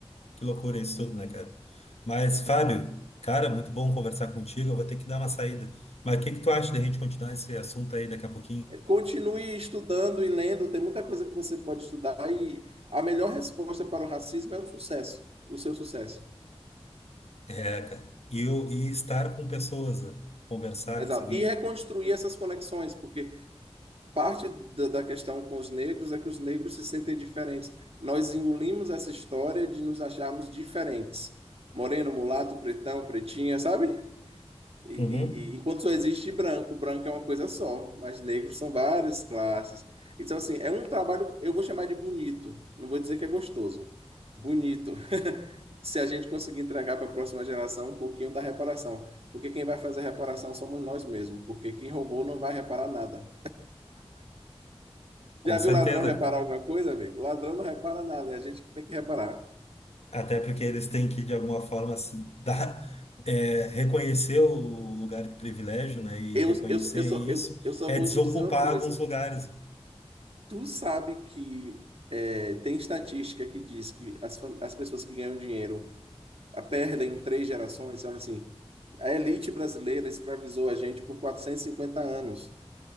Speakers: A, on the left; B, on the right.
A: Que loucura isso tudo, né, cara? Mas, Fábio, cara, muito bom conversar contigo. Eu vou ter que dar uma saída. Mas o que que tu acha da gente continuar esse assunto aí daqui a pouquinho?
B: É, Continue estudando e lendo, tem muita coisa que você pode estudar e a melhor resposta para o racismo é o sucesso, o seu sucesso.
A: É, cara. E eu e estar com pessoas, né? Conversar,
B: Exato.
A: conseguir.
B: E reconstruir essas conexões, porque parte da questão com os negros é que os negros se sentem diferentes. Nós engolimos essa história de nos acharmos diferentes. Moreno, mulato, pretão, pretinha, sabe? E, e-
A: Uhum.
B: e- enquanto só existe branco, branco é uma coisa só, mas negros são várias classes. Então, assim, é um trabalho, eu vou chamar de bonito, não vou dizer que é gostoso. Bonito. <laughs> Se a gente conseguir entregar para a próxima geração um pouquinho da reparação. Porque quem vai fazer a reparação somos nós mesmos, porque quem roubou não vai reparar nada.
A: Com
B: Já viu
A: certeza.
B: ladrão reparar alguma coisa, amigo? Ladrão não repara nada, é a gente que tem que reparar.
A: Até porque eles têm que, de alguma forma, se dar, é, reconhecer o lugar de privilégio, né? E
B: Eu,
A: reconhecer
B: eu, eu, só,
A: isso
B: eu, eu só
A: é
B: vou
A: desocupar
B: te dizer uma coisa.
A: alguns lugares.
B: Tu sabe que é, tem estatística que diz que as, fam- as pessoas que ganham dinheiro a perdem em três gerações. Olha assim, a elite brasileira escravizou a gente por 450 anos